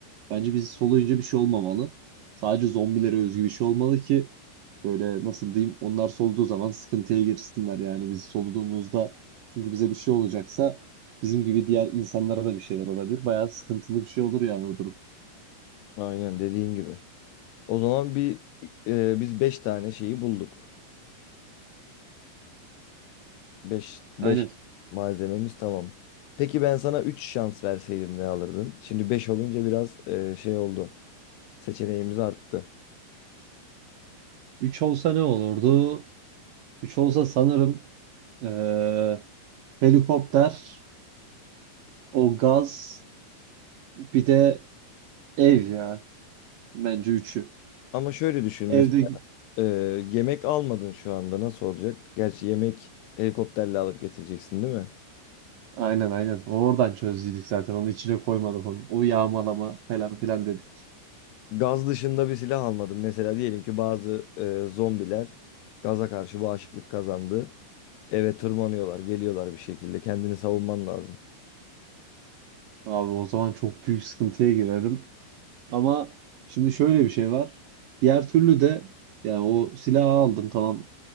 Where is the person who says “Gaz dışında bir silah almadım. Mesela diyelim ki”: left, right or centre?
Left